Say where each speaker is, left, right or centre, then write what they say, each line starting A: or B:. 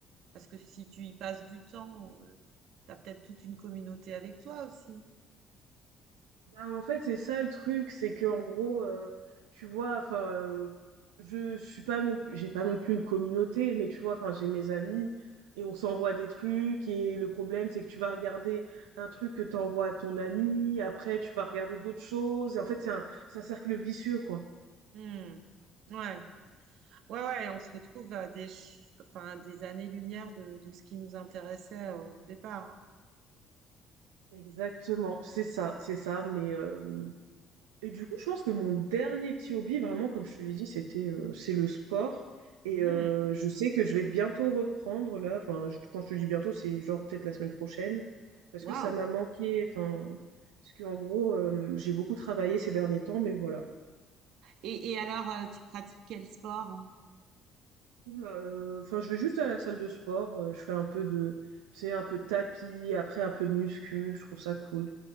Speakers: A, on the right; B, on the right.
A: Parce que si tu y passes du temps, euh, t'as peut-être toute une communauté avec toi aussi.
B: Bah, en fait, c'est ça le truc, c'est que en gros, euh, tu vois, enfin, euh, je suis pas non plus, j'ai pas non plus une communauté, mais tu vois, enfin, j'ai mes amis et on s'envoie des trucs et le problème, c'est que tu vas regarder un truc que t'envoies à ton ami, après tu vas regarder d'autres choses. Et en fait, c'est un, c'est un cercle vicieux, quoi.
A: Hmm. Ouais, ouais, ouais, on se retrouve à des, ch- enfin, à des années-lumière de, de ce qui nous intéressait euh, au départ.
B: Exactement, c'est ça, c'est ça, mais euh, Et du coup, je pense que mon dernier petit hobby, vraiment, comme je te l'ai dit, c'était euh, c'est le sport. Et
A: hein.
B: euh,
A: Hmm.
B: je sais que je vais bientôt reprendre là. Enfin, je- quand je te dis bientôt, c'est genre peut-être la semaine prochaine. Parce
A: Waouh.
B: que ça m'a manqué. Enfin, parce qu'en gros, euh, j'ai beaucoup travaillé ces derniers temps, mais voilà.
A: Et, et alors, euh, tu pratiques quel sport? hein
B: Oula, euh, Enfin, je vais juste à la salle de sport. euh, je fais un peu de, tu sais, un peu de tapis, après un peu de muscu. Je trouve ça cool.